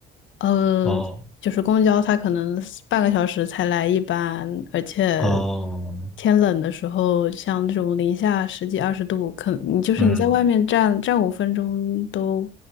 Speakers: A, on the left; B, in the centre.
A: 呃就是公交它可能半个小时才来一班，
B: 哦，
A: 而且
B: 哦，
A: 天冷的时候，像这种零下十几二十度，可你就是你在外面站站五分钟都
B: 嗯，